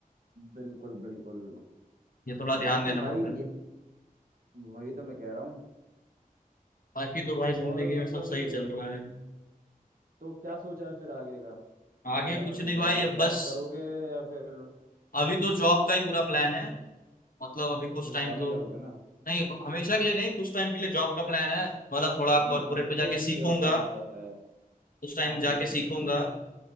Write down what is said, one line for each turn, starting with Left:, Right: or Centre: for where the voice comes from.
Right: बिल्कुल बिल्कुल
Left: ये थोड़ा ध्यान
Right: बाकी
Left: देना
Right: भाई
Left: पड़ता है
Right: ये वही तो मैं कह रहा हूँ
Left: बाकी तो भाई जिंदगी
Right: और मतलब
Left: में सब सही चल रहा है
Right: तो क्या सोचा है फिर आगे का
Left: आगे
Right: क्या
Left: कुछ
Right: करने
Left: नहीं
Right: का
Left: भाई
Right: मतलब
Left: अब
Right: जॉब
Left: बस
Right: करोगे या फिर
Left: अभी तो जॉब का ही पूरा प्लान है मतलब अभी कुछ टाइम
Right: जॉब
Left: तो
Right: ही करोगे ना
Left: नहीं हमेशा के लिए नहीं कुछ टाइम के लिए जॉब का प्लान है मतलब थोड़ा
Right: आदमी
Left: कॉर्पोरेट
Right: हमेशा
Left: में जाके
Right: के
Left: सीखूंगा
Right: लिए जॉब कौन करता है
Left: उस टाइम
Right: हाँ बिल्कुल
Left: जाके सीखूंगा
Right: बिल्कुल